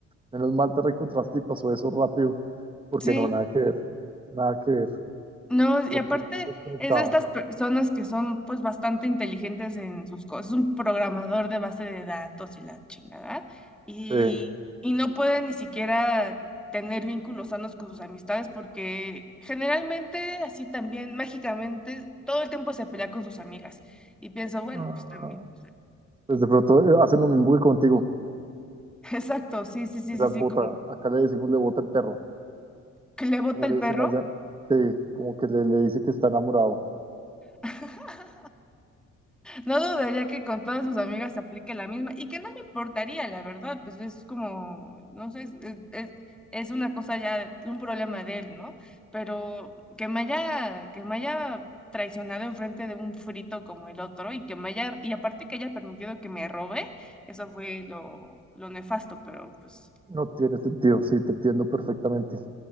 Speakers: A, on the right; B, in the centre.
A: Menos mal te reencontraste y pasó eso rápido, porque
B: Sí.
A: no, nada que ver, nada que ver,
B: No, y
A: totalmente
B: aparte
A: desconectado.
B: es de estas personas que son pues bastante inteligentes en sus cosas, es un programador de base de datos y la chingada, y,
A: Sí.
B: y no puede ni siquiera tener vínculos sanos con sus amistades porque generalmente así también mágicamente todo el tiempo se pelea con sus amigas y pienso, bueno,
A: Ah,
B: pues también, <laughs>
A: pues de pronto eh, hacen lo mismo que contigo,
B: exacto, sí, sí, sí,
A: las
B: sí, sí,
A: bota,
B: como
A: acá le decimos le bota el perro,
B: que le bota
A: como
B: el
A: le dicen
B: perro.
A: allá, sí, como que le, le dice que está enamorado.
B: <laughs> No dudaría que con todas sus amigas se aplique la misma y que no me importaría, la verdad, pues es como, no sé, es, es, es- es una cosa ya, de- un problema de él, ¿no? Pero que me haya, que me haya traicionado enfrente de un frito como el otro y que me haya, y aparte que haya permitido que me robe, eso fue lo, lo nefasto, pero pues,
A: No tiene sentido, sí, te entiendo perfectamente.